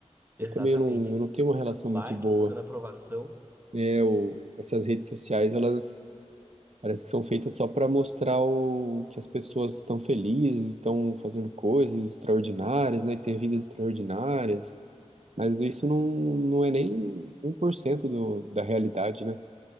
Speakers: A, on the right; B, on the right.
A: Exatamente.
B: Eu também não,
A: Você
B: eu não
A: fica
B: tenho
A: buscando
B: uma relação
A: like,
B: muito boa.
A: buscando aprovação.
B: É, o, essas redes sociais, elas parece que são feitas só para mostrar o, que as pessoas estão felizes, estão fazendo coisas extraordinárias, né? E têm vidas extraordinárias. Mas isso não, não é nem um por cento do, da realidade, né?